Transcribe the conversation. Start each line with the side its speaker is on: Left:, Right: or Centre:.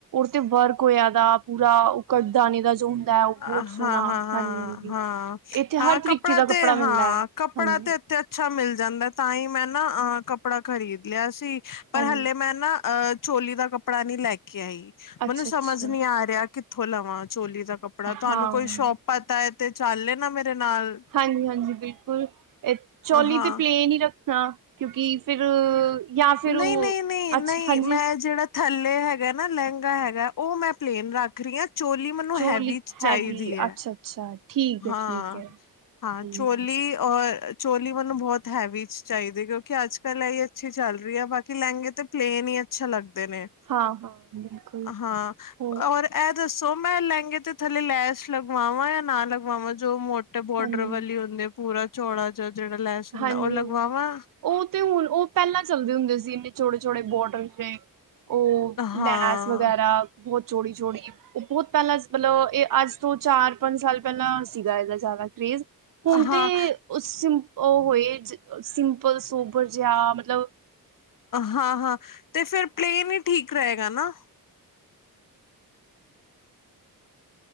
Right: ਤੇ ਵਰਕ ਹੋਇਆ ਦਾ ਪੂਰਾ ਉਹ ਕਰ ਦਾਨਣੇ ਦਾ ਜੋ ਹੁੰਦਾ ਹੈ, ਉਹ
Left: ਹਾਂ,
Right: ਬਹੁਤ ਸੋਹਣਾ
Left: ਹਾਂ, ਹਾਂ,
Right: ਹਾਂਜੀ ਹਾਂਜੀ
Left: ਹਾਂ।
Right: ਇੱਥੇ
Left: ਹਾਂ
Right: ਹਰ ਤਰੀਕੇ ਕੀ ਦਾ ਕੱਪੜਾ
Left: ਤੇ
Right: ਮਿਲਦਾ
Left: ਹਾਂ
Right: ਹੈ
Left: ਕੱਪੜਾ
Right: ਹਾਂਜੀ
Left: ਤੇ ਅੱਛਾ ਮਿਲ ਜਾਂਦਾ, ਤਾਂ ਹੀ ਮੈਂ ਨਾ ਅਹ ਕੱਪੜਾ ਖ਼ਰੀਦ ਲਿਆ ਸੀ ਪਰ
Right: ਹਾਂਜੀ
Left: ਹਲੇ ਮੈਂ ਨਾ ਅ, ਚੋਲੀ ਦਾ ਕੱਪੜਾ ਨਹੀਂ ਲੈ ਕੇ ਆਈ
Right: ਅੱਛਾ
Left: ਮੈਨੂੰ ਸਮਝ
Right: ਅੱਛਾ
Left: ਨੀ ਆ ਰਿਹਾ ਕਿੱਥੋਂ ਲਵਾਂ ਚੋਲੀ ਦਾ ਕੱਪੜਾ, ਤੁਹਾਨੂੰ
Right: ਹਾਂ
Left: ਕੋਈ ਸ਼ੋਪ ਪਤਾ ਹੈ ਤੇ ਚੱਲੇ ਨਾ ਮੇਰੇ ਨਾਲ
Right: ਹਾਂਜੀ ਹਾਂਜੀ ਬਿਲਕੁਲ, ਚੋਲੀ
Left: ਹਾਂ।
Right: ਤਾਂ ਪਲੇਨ ਹੀ ਰੱਖਣਾ ਕਿਉਂਕਿ ਫਿਰ ਜਾਂ ਫਿਰ
Left: ਨਹੀਂ
Right: ਉਹ
Left: ਨਹੀਂ ਨਹੀਂ
Right: ਅੱਛਾ
Left: ਨਹੀਂ
Right: ਹਾਂਜੀ
Left: ਮੈਂ ਜਿਹੜਾ ਥੱਲੇ ਹੈਗਾ ਨਾ ਲਹਿੰਗਾ ਹੈਗਾ, ਉਹ ਮੈਂ ਪਲੇਨ ਰੱਖ ਰਹੀ ਹਾਂ ਚੋਲੀ ਮੈਨੂੰ
Right: ਚੋਲੀ
Left: ਹੈਵੀ ਚ ਚਾਹੀਦੀ
Right: ਹੈਵੀ
Left: ਹੈ,
Right: ਅੱਛਾ-ਅੱਛਾ ਠੀਕ ਹੈ
Left: ਹਾਂ
Right: ਠੀਕ ਹੈ।
Left: ਹਾਂ
Right: ਹਾਂਜੀ-ਹਾਂਜੀ।
Left: ਚੋਲੀ ਔਰ ਚੋਲੀ ਮੈਂਨੂੰ ਬਹੁਤ ਹੈਵੀ ਚਾਹੀਦੀ, ਕਿਉਂਕਿ ਅੱਜ ਕੱਲ ਇਹ ਅੱਛੀ ਚੱਲ ਰਹੀ ਐ, ਬਾਕੀ ਲਹਿੰਗੇ ਤੇ ਪਲੇਨ ਹੀ ਅੱਛਾ ਲੱਗਦੇ ਨੇ
Right: ਹਾਂ ਹਾਂ ਬਿਲਕੁਲ
Left: ਹਾਂ
Right: ਹੋਰ
Left: ਔਰ ਇਹ ਦੱਸੋ ਮੈਂ ਲਹਿੰਗੇ ਤੇ ਥੱਲੇ ਲੈਸ਼ ਲਗਵਾਵਾਂ ਜਾਂ ਨਾ ਲਗਵਾਵਾਂ, ਜੋ ਮੋ ਬੋਰਡਰ
Right: ਹਾਂਜੀ।
Left: ਵਾਲੀ ਹੁੰਦੇ ਆ, ਪੂਰਾ ਚੌਲਾ ਜਿਹਾ ਜਿਹੜਾ ਲੈਸ ਹੁੰਦਾ
Right: ਹਾਂਜੀ
Left: ਉਹ ਲਗਵਾਵਾਂ
Right: ਹਾਂਜੀ, ਉਹ ਤੇ ਹੁਣ ਉਹ ਪਹਿਲਾਂ ਚੱਲਦੇ ਹੁੰਦੇ ਸੀ, ਇਨੇ ਛੋੜੇ ਛੋੜੇ ਬੋਡਰ ਨੇ ਉਹ
Left: ਹਾਂ
Right: ਲੈਸ ਵਗੈਰਾ ਬਹੁਤ ਛੋੜੀ ਛੋੜੀ, ਉਹ ਬਹੁਤ ਪਹਿਲਾਂ ਮਤਲਬ ਇਹ ਅੱਜ ਤੋਂ ਚਾਰ ਪੰਜ ਸਾਲ ਪਹਿਲਾਂ ਸੀਗਾ, ਇਹਦਾ ਜ਼ਿਆਦਾ ਕਰੇਜ, ਹੁਣ
Left: ਹਾਂ
Right: ਤੇ ਉਸ ਉਹ ਹੋਏ, ਸਿੰਪਲ ਸੋਬਰ ਜਿਹਾ, ਮਤਲਬ
Left: ਹਾਂ ਹਾਂ, ਤੇ ਫਿਰ ਪਲੇਨ ਹੀ ਠੀਕ ਰਹੇਗਾ ਨਾ